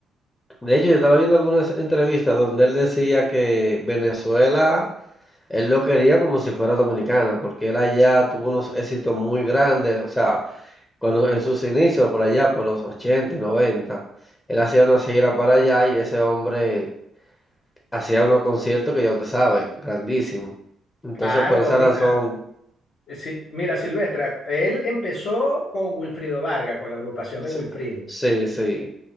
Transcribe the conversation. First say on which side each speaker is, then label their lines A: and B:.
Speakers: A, on the left; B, on the left.
A: de hecho yo estaba viendo algunas entrevistas donde él decía que Venezuela Él lo quería como si fuera dominicana, porque él allá tuvo unos éxitos muy grandes, o sea, cuando en sus inicios por allá, por los 80 y 90, él hacía una gira para allá y ese hombre hacía unos conciertos que ya usted sabe, grandísimos. Entonces,
B: Claro,
A: por esa
B: mira,
A: razón,
B: eh, sí, mira, Silvestre, él empezó con Wilfrido Vargas, con la agrupación
A: sí,
B: de Wilfrido.
A: sí. sí.